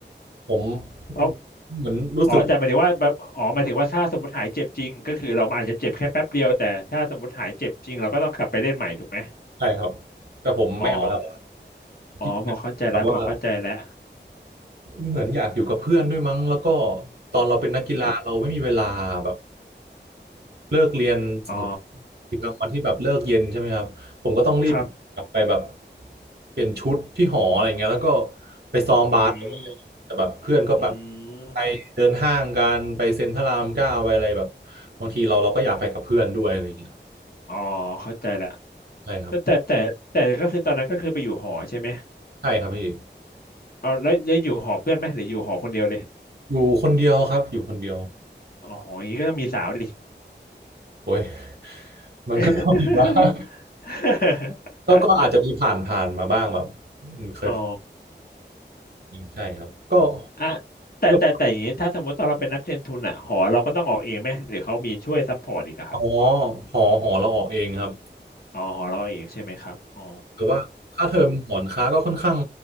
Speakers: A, on the right (about 60°); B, on the left (about 55°).
A: ผมเหมือนรู้สึกว่า
B: เขาอ๋อแต่หมายถึงว่าแบบอ๋อหมายถึงว่าถ้าสมมติหายเจ็บจริงก็คือเราอาจจะเจ็บแค่แป๊บเดียวแต่ถ้าสมมติหายเจ็บจริงเราก็ต้องกลับไปเล่นใหม่ถูกไหม
A: ใช่ครับ แต่ผมไม่เอาแล้ว
B: อ๋ออ๋อพอเข้าใจแล้วพอเข้าใจแล้ว
A: ขี้เกียจแบบว่า เหมือนอยากอยู่กับเพื่อนด้วยมั้งแล้วก็ตอนเราเป็นนักกีฬาเราไม่มีเวลาแบบเลิกเรียนสมมติ
B: อ๋อ
A: ทีมกลางวันที่แบบเลิกเย็นใช่ไหมครับผมก็ต้องรีบกลับไปแบบ
B: ครับ
A: เปลี่ยนชุดที่หออะไรเงี้ยแล้วก็ไปซ้อมบาสเลยอะไรเงี้ยแต่แบบเพื่อนก็แบบ
B: อืมอืม
A: ไปเดินห้างกันไปเซ็นพระรามเก้าไปอะไรแบบบางทีเราเราก็อยากไปกับเพื่อนด้วยอะไรเงี้ย
B: อ๋อเข้าใจแล้ว
A: ใช่ครับ
B: แต่แต่แต่แต่ก็คือตอนนั้นก็คือไปอยู่หอใช่ไหม
A: ใช่ครับพี่
B: เอาแล้วแล้วอยู่หอเพื่อนไหมหรืออยู่หอคนเดียวเลย
A: อยู่คนเดียวครับอยู่คนเดียว
B: อ๋ออย่างนี้ก็ต้องมีสาวดิ
A: โอ้ยมันก็ต้องอยู่บ้าง
B: <laughs>
A: ก็ก็อาจจะมีผ่านผ่านมาบ้างแบบอืมเคย
B: อ๋อ <laughs>
A: ใช่ครับก็
B: อ่ะแต่แต่แต่อย่างนี้ถ้าสมมติตอนเราเป็นนักเรียนทุนอะหอเราก็ต้องออกเองไหมหรือเขามีช่วยซัพพอร์ตอีกอะครับ
A: เรื่องอ๋อหอหอเราออกเองครับ
B: อ๋อหอเราเองใช่ไหมครับอ๋อ
A: แต่ว่าค่าเทอมหอนค้าก็ค่อนข้าง